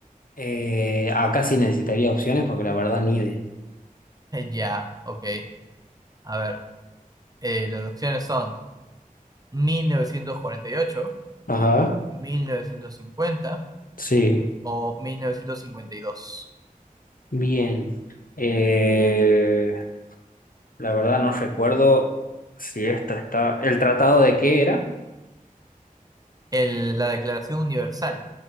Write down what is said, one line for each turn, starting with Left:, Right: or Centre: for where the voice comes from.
Left: Eh, acá sí necesitaría opciones porque la verdad ni de.
Right: <laughs> eh, ya, ok. A ver, eh, las opciones son mil mil novecientos cuarenta y ocho
Left: Ajá.
Right: mil novecientos cincuenta
Left: Sí.
Right: o mil novecientos cincuenta y dos
Left: Bien. Eh, la verdad no recuerdo si esto está. ¿El tratado de qué era?
Right: El- la Declaración Universal